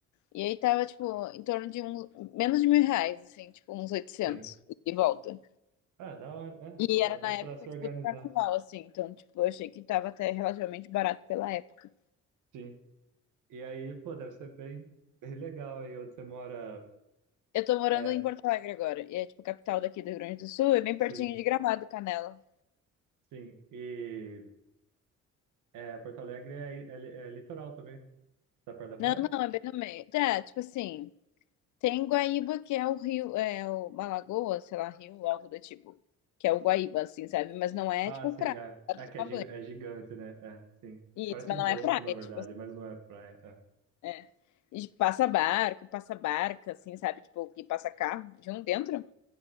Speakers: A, on the left (about 70°); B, on the right (about 85°).
A: E aí tava, tipo, em torno de um menos de mil reais, assim, tipo, uns oitocentos
B: sim.
A: e volta.
B: Ah, da hora. É,
A: E
B: dá,
A: era
B: dá
A: na época,
B: para se
A: tipo,
B: organizar.
A: do carnaval, assim. Então, tipo, eu achei que tava até relativamente barato pela época.
B: Sim. E aí, pô, deve ser bem, bem legal aí onde você mora.
A: Eu tô morando
B: É,
A: em Porto Alegre agora. E é, tipo, a capital daqui do Rio Grande do Sul. É bem
B: sim,
A: pertinho de Gramado, Canela.
B: sim. E é, Porto Alegre é, é, é litoral também. Tá perto da praia?
A: Não, não, é bem no meio. Tá, tipo assim... Tem Guaíba, que é o rio... É o uma lagoa, sei lá, rio, algo do tipo. Que é o Guaíba, assim, sabe? Mas não é,
B: Ah,
A: tipo,
B: sim,
A: praia.
B: é.
A: Dá pra
B: É
A: tomar
B: que é, giga-
A: banho.
B: é gigante, né? É, sim.
A: Isso,
B: Parece
A: mas
B: um
A: não
B: golfo,
A: é praia,
B: na verdade,
A: tipo assim,
B: mas não é praia. é.
A: é. E, tipo, passa barco, passa barca, assim, sabe? Tipo, que passa carro de um dentro.